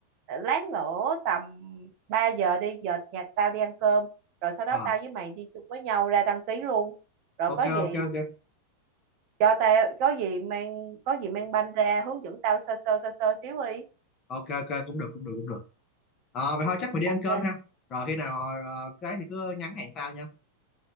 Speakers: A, on the right; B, on the left.
A: lát nữa tầm 3 giờ đi giờ nhà tao đi ăn cơm rồi sau đó
B: À,
A: tao với mày đi chung với nhau ra đăng ký luôn rồi
B: ok
A: có gì
B: ok ok
A: cho tao có gì mang có gì mang banh ra hướng dẫn tao sơ sơ sơ sơ xíu đi
B: ok ok cũng được cũng được cũng được Ờ vậy thôi chắc mình đi
A: ok
B: ăn cơm ha. Rồi khi nào ờ, cái thì cứ nhắn hẹn tao nha.